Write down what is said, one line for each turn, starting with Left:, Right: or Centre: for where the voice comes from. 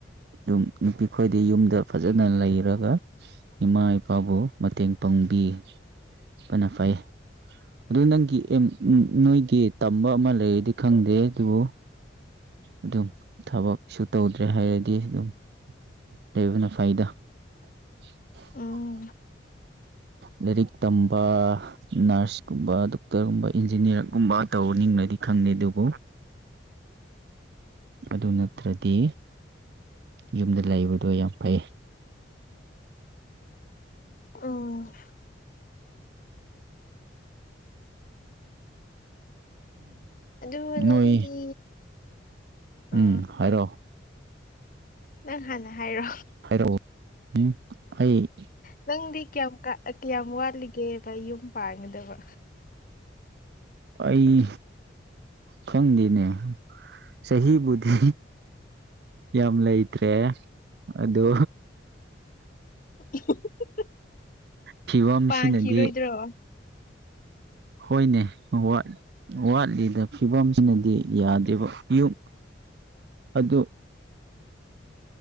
Right: ꯗꯨꯝ ꯅꯨꯄꯤꯈꯣꯏꯗꯤ ꯌꯨꯝꯗ ꯐꯖꯅ ꯂꯩꯔꯒ ꯏꯃꯥ ꯏꯄꯥꯕꯨ ꯃꯇꯦꯡ ꯄꯥꯡꯕꯤ ꯐꯅ ꯐꯩ ꯑꯗꯨ ꯅꯪꯒꯤ ꯑꯦꯝ ꯎꯝ ꯅꯣꯏꯒꯤ ꯇꯝꯕ ꯑꯃ ꯂꯩꯔꯗꯤ ꯈꯪꯗꯦ ꯗꯨꯕꯨ ꯑꯗꯨꯝ ꯊꯕꯛꯁꯨ ꯇꯧꯗ꯭ꯔꯦ ꯍꯥꯏꯔꯗꯤ ꯗꯨꯝ ꯂꯩꯕꯅ ꯐꯩꯗ <inaudible>
Left: ꯎꯝ
Right: ꯂꯥꯏꯔꯤꯛ ꯇꯝꯕ ꯅꯔꯁꯀꯨꯝꯕ ꯗꯣꯛꯇꯔꯒꯨꯝꯕ ꯏꯟꯖꯤꯅꯤꯌꯥꯔꯒꯨꯝꯕ ꯇꯧꯅꯤꯡꯂꯗꯤ ꯈꯪꯗꯦ ꯗꯨꯕꯨ ꯑꯗꯨ ꯅꯠꯇ꯭ꯔꯗꯤ ꯌꯨꯝꯗ ꯂꯩꯕꯗꯣ ꯌꯥꯝ ꯐꯩ
Left: ꯎꯝ ꯑꯗꯨꯕꯨ ꯅꯪꯗꯤ
Right: ꯅꯣꯏ ꯎꯝ
Left: ꯑꯥ
Right: ꯍꯥꯏꯔꯣ
Left: ꯅꯪ ꯍꯥꯟꯅ ꯍꯥꯏꯔꯣ
Right: ꯍꯥꯏꯔꯛꯑꯣ ꯎꯝ ꯑꯩ
Left: ꯅꯪꯗꯤ ꯀꯌꯥꯝ ꯀꯥ ꯀꯌꯥꯝ ꯋꯥꯠꯂꯤꯒꯦꯕ ꯅꯌꯨꯝ ꯄꯥꯟꯒꯗꯕ
Right: ꯑꯩ ꯈꯪꯗꯦꯅꯦ ꯆꯍꯤꯕꯨꯗꯤ ꯌꯥꯝ ꯂꯩ ꯇ꯭ꯔꯦ ꯑꯗꯨ
Left: <unintelligible>
Right: ꯐꯤꯕꯝꯁꯤꯅꯗꯤ
Left: ꯄꯥꯟꯈꯤꯔꯣꯏꯗ꯭ꯔꯣ
Right: ꯍꯣꯏꯅꯦ <unintelligible> ꯋꯥꯠꯂꯤꯗ ꯐꯤꯕꯝꯁꯤꯅꯗꯤ ꯌꯥꯗꯦꯕ ꯌꯨꯝ ꯑꯗꯨ